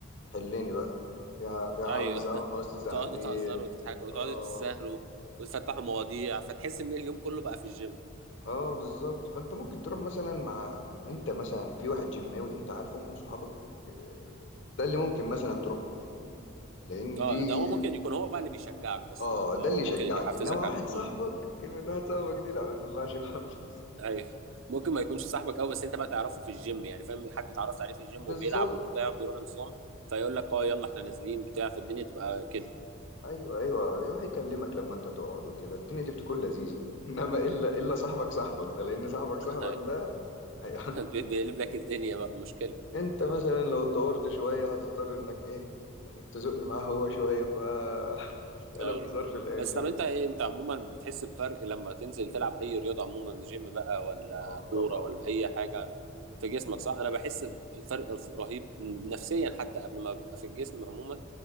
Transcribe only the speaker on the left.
حلني بقى فيها فيها
حوالي ساعه
ونص ساعتين
اه
اه بالظبط فانت ممكن تروح مثلا مع انت مثلا في واحد جماوي انت عارفه من صحابك آه، ده اللي ممكن مثلا تروح معاه لان دي
اه
ده
اللي يشجعك
انما واحد
صاحبك
كلمه واحد صاحبك دي لا ما تنفعش خالص
بالظبط
ايوه ايوه يروح يكلمك لما انت تقعد وكده الدنيا دي بتكون لذيذه <laughs> انما الا الا صاحبك صاحبك ده لان صاحبك صاحبك
ده هي-
<laughs> انت مثلا لو اتطورت شويه هتضطر انك ايه يعني تزق معاه هو شويه ف <laughs> تتقلب
هزار في الاخر
و...
اه
طبعا